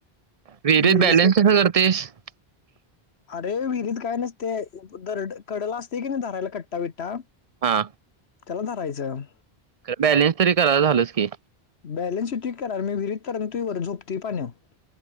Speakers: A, on the right; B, on the left.
A: विहीरीत
B: गेलीस
A: बॅलेन्स कस करतोयस <inaudible>
B: अरे विहिरीत काय नसतय दरड कडला असतय कीनी धरायला कट्टा बिट्टा
A: हा
B: त्याला धरायचं
A: बॅलेन्स तरी करायला झालंच की
B: बॅलेन्स येतोय की कराय मी विहिरीत तरंगतोय वर झोपतोय पाण्यात